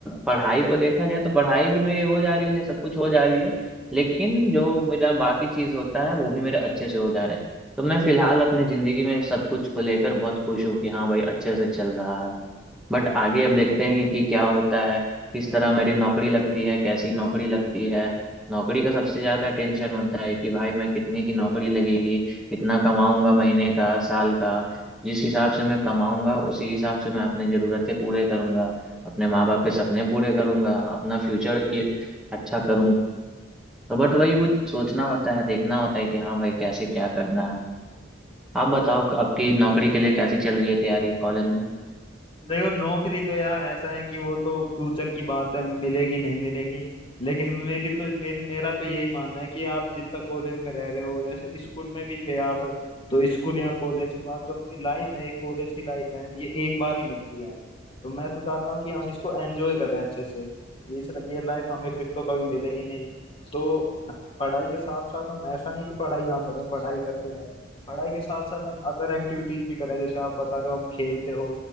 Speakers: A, in the centre; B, on the left.
A: पढ़ाई को देखा जाए तो पढ़ाई भी मेरी हो जा रही है सब कुछ हो जा रही है लेकिन जो मेरा बाकी चीज होता है वो भी मेरे अच्छे से हो जा रहे हैं तो मैं फिलहाल अपनी जिंदगी में सब कुछ को लेकर बहुत खुश हूँ कि हाँ भाई अच्छे से चल रहा है बट आगे अब देखते हैं कि क्या होता है किस तरह मेरी नौकरी लगती है कैसी नौकरी लगती है नौकरी का सबसे ज्यादा टेंशन होता है कि भाई मैं कितनी की नौकरी लगेगी कितना कमाऊंगा महीने का साल का जिस हिसाब से मैं कमाऊंगा उसी हिसाब से मैं अपने जरूरतें पूरे करूंगा अपने माँ बाप के सपने पूरे करूंगा अपना फ्यूचर ये अच्छा करूंगा तो बट वही वो सोचना होता है देखना होता है कि हाँ भाई कैसे क्या करना है आप बताओ आपकी नौकरी के लिए कैसी चल रही है तैयारी कॉलेज में
B: देखो नौकरी तो यार ऐसा है कि वो तो फ्यूचर की बात है मिलेगी नहीं मिलेगी लेकिन मेरी तो मेरी मेरा तो यही मानना है कि आप जितना कॉलेज में रह रहे हो जैसे स्कूल में भी थे आप तो स्कूल या कॉलेज के बाद जो अपनी लाइफ है कॉलेज की लाइफ है ये एक बार ही मिलती है तो मैं तो चाहता हूँ कि हम इसको एंजॉय करें अच्छे से ये इस ये लाइफ हमें फिर तो कभी मिलेगी नहीं तो पढ़ाई के साथ साथ हम ऐसा नहीं कि पढ़ाई ना करें पढ़ाई करते रहें पढ़ाई के साथ साथ हम अदर एक्टिविटीज भी करें जैसे आप बता रहे हो आप खेलते हो